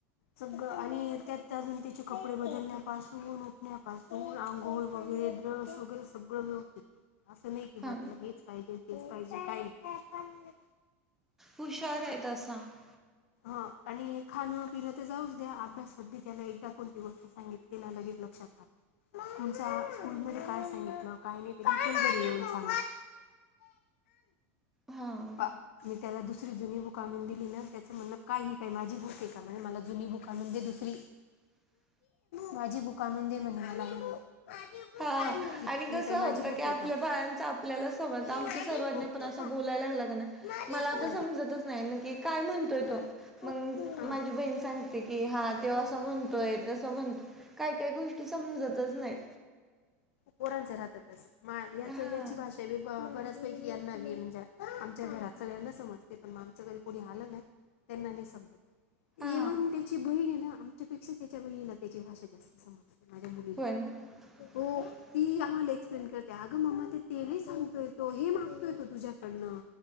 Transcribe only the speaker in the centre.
हा ना.
हुशार आहे. तसा --
हा.
<inaudible>
हा
आणि
कसं
होतं
की आपल्या
बाळंच आपल्याला समजत
आमची
सर्वज्ञ
पण
असा
बोल -- बोलायला कणी
मला
आता समजतच नाही ना की काय म्हणतोय
तो?
मंग
माझी बहीण सांगते की हा
त्यो असं म्हणतोय
तसा म्हणतोय. काही काही गोष्टी समजतच नाहीत.
हा
हा
होय <inaudible>